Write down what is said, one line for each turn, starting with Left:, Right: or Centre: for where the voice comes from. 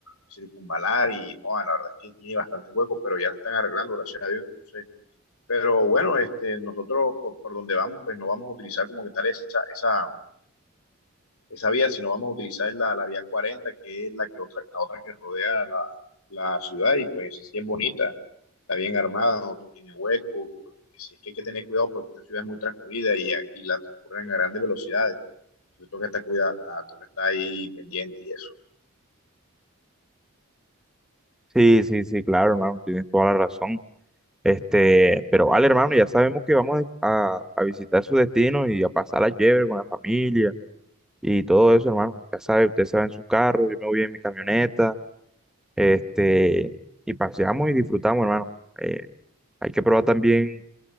Left: circunvalar y joder, la verdad es que tiene bastante hueco, pero ya la están arreglando, gracias a Dios. Entonces, pero bueno, este, nosotros por, por, donde vamos, pues no vamos a utilizar como que tal esa, esa, esa vía, si no vamos a utilizar es la, la vía 40, que es la que otra, la otra que rodea la, la ciudad, y pues esa sí es bonita, está bien armada, no tiene hueco, porque si es que hay que tener cuidado porque esta ciudad es muy transcurrida y, y la transcurren a grandes velocidades, entonces toca estar, cuidado, toca estar ahí pendiente y eso.
Centre: Sí, sí, sí, claro, hermano, tienes toda la razón. Este, pero vale, hermano, ya sabemos que vamos a, a visitar su destino y a pasar la chévere con la familia y todo eso, hermano. Ya sabe, usted se va en su carro, yo me voy en mi camioneta, este, y paseamos y disfrutamos, hermano. Eh, hay que probar también